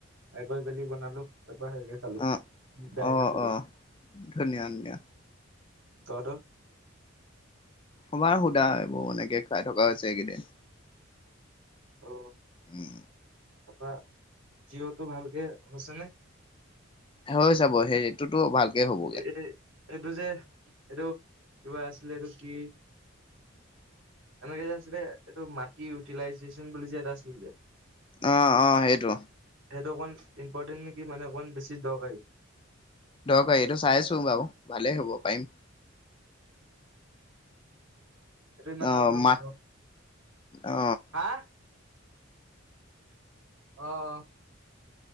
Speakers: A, on the right; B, on the left.
A: ফ্ৰাই কৰি পেলি বনালো। তাৰপৰা সেইভাগে খালোঁ
B: অ
A: দাইল
B: অ
A: আছিলে।
B: অ ধুনীয়া ধুনীয়া
A: তহঁতৰ?
B: আমাৰ সুধা সেইবোৰ এনেকে খাই থকা হৈছে এইকেইদিন।
A: অ
B: উম
A: তাৰপৰা জিঅ'টো ভালকে হৈছে নে
B: হৈ চাব সেই এইটোতো ভালকে হ'বগে
A: এ এইটো যে এইটো কিবা আছিলে এইটো কি এনেকে যে আছিলে এইটো মাটি ইউটিলাইজেচন বুলি যে এটা আছিলে যে
B: আহ অ সেইটো
A: সেইটো অকণ ইম্পৰ্টেণ্ট নেকি মানে অকণমান বেছি দৰকাৰ
B: দক এইটো চাইছো বাৰু ভালেই হ'ব পাৰিম
A: দুমানা
B: অ
A: দান নহল
B: মাত অ
A: হা আহ